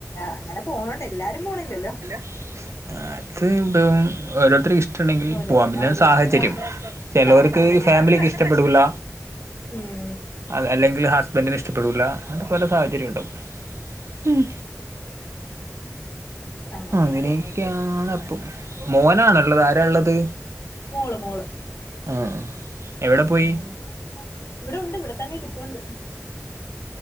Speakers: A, on the left (about 60°); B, on the right (about 60°).
A: അങ്ങനെ പോണണ്ട് എല്ലാരും പോണില്ലല്ലോ
B: അത് ഇപ്പം ഓരോരുത്തർക്കും ഇഷ്ടുണ്ടെങ്കിൽ
A: ഓരോ
B: പോകാം പിന്നെ
A: ഓരോരുത്തരുടെ
B: അത് സാഹചര്യം ചെലോർക്ക്
A: സാഹചര്യം അതാണ്
B: ഫാമിലിക്ക്
A: പ്രശ്നം
B: ഇഷ്ടപ്പെടൂല്ല
A: ഉം
B: അത് അല്ലെങ്കിൽ ഹസ്ബന്റിന് ഇഷ്ടപ്പെടൂല്ല അത് പല സാഹചര്യണ്ടാവും ഉം
A: അങ്ങനെയൊക്കെ
B: അങ്ങനെ യാണപ്പ മോനാണുള്ളത് ആരാള്ളത്
A: മോള് മോള്
B: ആഹ് എവിടെ പോയി
A: ഉം ഇവിടെ ഉണ്ട് ഇവിടെ തന്നെ ഇപ്പോണ്ട്